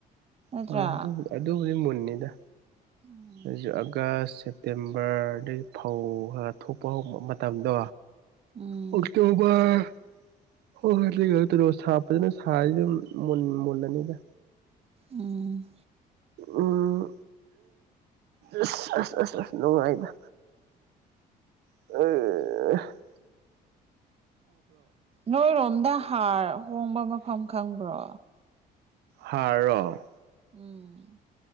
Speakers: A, on the right; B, on the right.
A: ꯅꯠꯇ꯭ꯔꯥ
B: ꯍꯣꯏ ꯑꯗꯨꯕꯨ ꯑꯗꯨꯕꯨꯗꯤ ꯃꯨꯟꯅꯤꯗ
A: ꯎꯝ
B: ꯍꯧꯖꯤꯛ ꯑꯥꯒꯁ ꯁꯦꯞ ꯇꯦꯝꯕꯔꯗꯒꯤ ꯐꯧ ꯈꯔ ꯊꯣꯛꯄ ꯍꯧꯕ ꯃꯇꯝꯗꯣ
A: ꯎꯝ
B: ꯑꯣꯛꯇꯣꯕꯔ ꯍꯣꯏ ꯁꯥ ꯐꯖꯅ ꯁꯥꯔꯤ ꯑꯗꯨꯝ ꯃꯨꯜꯂꯅꯤꯗ
A: ꯎꯝ
B: ꯎꯝ ꯑꯁ ꯑꯁ ꯑꯁ ꯅꯨꯡꯉꯥꯏꯅ ꯑ
A: ꯅꯣꯏꯔꯣꯝꯗ ꯍꯥꯔ ꯍꯣꯡꯕ ꯃꯐꯝ ꯈꯪꯕ꯭ꯔꯣ
B: ꯍꯔ ꯔꯣ
A: ꯎꯝ